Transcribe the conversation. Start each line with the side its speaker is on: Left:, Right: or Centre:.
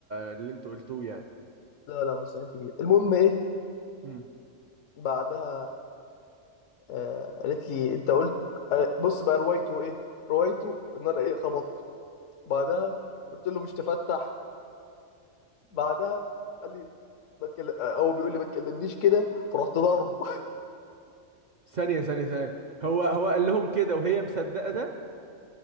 Right: اللي انت قلتوه يعني
Left: لا لا مستحيل تجيب المهم ايه
Right: مم.
Left: فبعدها آه قالت لي انت قلت آه بص بقى روايته ايه روايته ان انا ايه خبطت بعدها قلت له مش تفتح بعدها قال لي ما تكلم آه، هو بيقول لي ما تكلمنيش كده فرحت ضاربه
Right: ثانية ثانية ثانية هو هو قال لهم كده وهي مصدقة ده